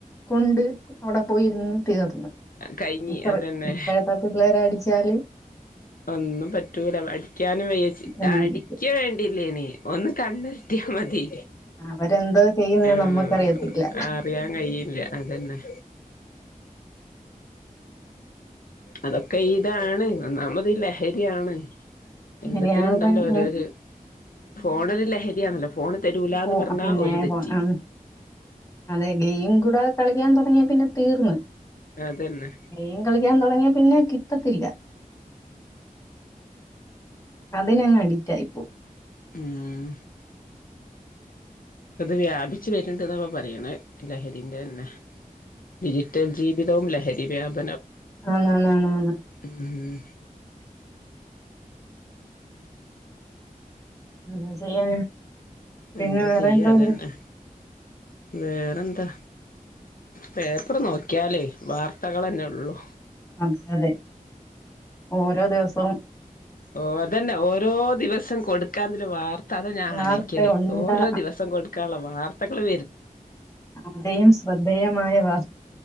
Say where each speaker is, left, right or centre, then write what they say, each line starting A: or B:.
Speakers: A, on the left; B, on the left.
A: കൊണ്ട് അവിടെ പോയിരുന്ന് തീർന്ന്
B: കഴിഞ്ഞി
A: ഇപ്പ
B: അതന്നെ
A: ഇപ്പോഴത്തെ പിള്ളേരെ അടി ച്ചാല്
B: ഒന്നും പറ്റൂല അടിക്കാനും വയ്യ
A: എന്ത്
B: അടിക്ക വേണ്ടിയില്ലേ ഇനി ഒന്ന് കണ്ടെത്തിയാ മതി
A: അവരെന്തോ ചെയ്യുന്നത്
B: ആ
A: നമ്മക്കറിയത്തില്ല.
B: അറിയാൻ കഴിയില്ല അത് തന്നേ അതൊക്കെ ഇതാണ് നന്നാവുമ്പോ ത് ലഹരിയാണ് എല്ലാത്തിനും
A: ശരിയാണ്
B: ഉണ്ടല്ലോ
A: പറഞ്ഞെ.
B: ഓരോര് ഫോണൊര് ലഹരിയാണല്ലോ ഫോണ് തരൂലാന്ന്
A: ഫോ
B: പറഞ്ഞാ
A: പിന്നെ
B: ഓല് തെറ്റി
A: ഫോൺ അതെ ഗെയിം കൂടെ. കളിക്കാൻ തുടങ്ങിയ പിന്നെ തീർന്ന്.
B: അതന്നെ
A: ഗെയിം കളിക്കാൻ തുടങ്ങിയ പിന്നെ കിട്ടത്തില്ല. അതിന് അങ്ങ് അഡിറ്റ് ആയിപ്പോവും.
B: ഉം അത് വ്യാപിച്ച വരുണ്ടെന്ന് പ പറയണ ലഹരിൻ്റെ തന്നെ. ഡിജിറ്റൽ ജീവിതവും അല്ലെ. <unintelligible>
A: ആണണണ്
B: ഉം
A: എന്ത്‌ ചെയ്യാനാ. പിന്നെ
B: എന്താ
A: വേറെ
B: ചെയ്യാ
A: എന്തുണ്ട്.
B: അതന്നെ വേറെന്താ പേപ്പർ നോക്കിയാലേ വാർത്തകൾ തന്നെയുള്ളൂ.
A: അതെ അതെ ഓരോ ദിവ സം
B: ഓ അതന്നെ ഓരോ ദിവസം കൊടുക്കാന്തെലും വാർ ത്ത ഞാൻ
A: വാർത്ത
B: അലോയിക്കല്
A: ഉണ്ടാ
B: ഓരോ ദിവസം കൊടുക്കാനുള്ള വാർ ത്തകളെ
A: അതയും ശ്രദ്ധേയമായവ-